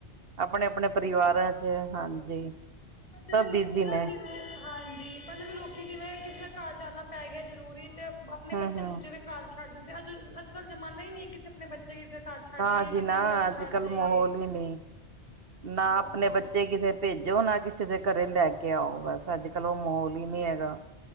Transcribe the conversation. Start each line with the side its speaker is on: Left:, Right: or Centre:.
Right: ਅਪਨੇ-ਅਪਨੇ
Left: ਬਿਲਕੁਲ
Right: ਪਰਿਵਾਰਾਂ ਚ ਹਾਂਜੀ
Left: ਪਿੰਡ
Right: ਸਭ
Left: ਦੇ ਲੋਕੀ
Right: ਬਿਜ਼ੀ
Left: ਨਾ
Right: ਨੇ
Left: ਜਿਵੇਂ ਹਾਂਜੀ, ਪਿੰਡ ਦੇ ਲੋਕੀ ਜਿਵੇਂ ਕਿਸੇ ਘਰ ਜਾਨਾ ਪੈ ਗੇਆ ਜਰੂਰੀ ਤੇ ਆਪਨੇ
Right: ਹੂੰ-ਹੂੰ।
Left: ਬੱਚੇ ਦੂਜੇ ਦੇ ਘਰ ਛੱਡ ਦੇਂਦੇ, ਅੱਜ ਅੱਜ- ਕੱਲ ਜਮਾਨਾ ਈ ਨੀ ਐ ਕਿ ਅਸੀ ਅਪਨੇ ਬੱਚੇ ਕਿਸੇ ਘਰ ਛੱਡ
Right: ਨਾ
Left: ਜਾਈਏ
Right: ਜੀ
Left: ਕਿਸੇ
Right: ਨਾ
Left: ਦੇ ਕੋਲ
Right: ਅੱਜ
Left: ਛੱਡ
Right: -ਕੱਲ
Left: ਜਾਈਏ
Right: ਮਾਹੌਲ ਈ ਨੀ, ਨਾ
Left: ਬਸ
Right: ਆਪਨੇ
Left: ਬਸ
Right: ਬੱਚੇ ਕਿਸੇ ਭੇਜੋ, ਨਾ ਕਿਸੇ ਦੇ ਘਰੇ ਲੈ ਕੇ ਆਓ, ਬਸ ਅੱਜ-ਕੱਲ ਓ ਮਾਹੌਲ ਈ ਨੀਂ ਹੈਗਾ।